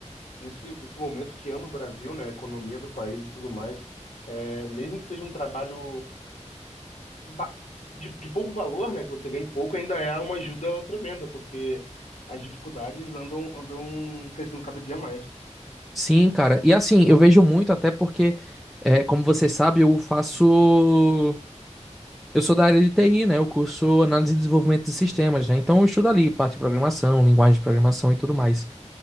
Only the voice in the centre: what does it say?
Sim, cara. E assim, eu vejo muito até porque, é, como você sabe, eu faço. Eu sou da área de TI, né? Eu curso análise e desenvolvimento de sistemas, né? Então eu estudo ali parte de programação, linguagem de programação e tudo mais.